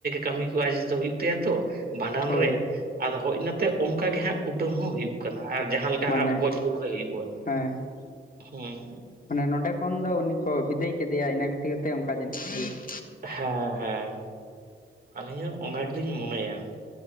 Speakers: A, on the right; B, on the left.
A: ᱠᱟᱹᱢᱤ ᱠᱚᱼᱟ, ᱳ ᱛᱟᱭᱟ ᱛᱚ ᱵᱷᱟᱸᱰᱟᱱ
B: ᱦᱳᱭ
A: ᱨᱮ, ᱟᱫᱚ ᱦᱡᱽ ᱤᱱᱟᱛᱮ ᱚᱱᱠᱟ ᱜᱮ ᱦᱟᱸᱜ ᱠᱩᱴᱟᱹᱢ ᱦᱚᱸ ᱦᱩᱭᱩᱜ ᱠᱟᱱᱟ ᱾ᱟᱨ ᱡᱟᱦᱟᱸᱠᱟ ᱡᱟᱦᱟᱸ
B: ᱢᱟᱱᱮ
A: ᱜᱚᱡ ᱜᱩᱨ ᱨᱮ ᱦᱩᱭᱩᱜᱼᱟ
B: ᱦᱮᱸ
A: <unintelligible> ᱦᱩᱸ
B: ᱢᱟᱱᱮ ᱱᱚᱸᱰᱮ ᱠᱷᱚᱱ ᱫᱚ ᱩᱱᱤ ᱠᱚ ᱵᱤᱫᱟᱹᱭ ᱠᱮᱫᱮᱭᱟ ᱤᱱᱟᱹ ᱠᱷᱟᱹᱛᱤᱨ ᱛᱮ ᱚᱱᱠᱟ ᱡᱟᱹᱱᱤᱡᱼᱟ᱾ <unintelligible>
A: ᱦᱮᱸ ᱦᱮᱸ, ᱟᱹᱞᱤᱧ ᱦᱚᱸ ᱚᱱᱟ ᱜᱮᱞᱤᱧ ᱢᱚᱱᱮᱭᱟ,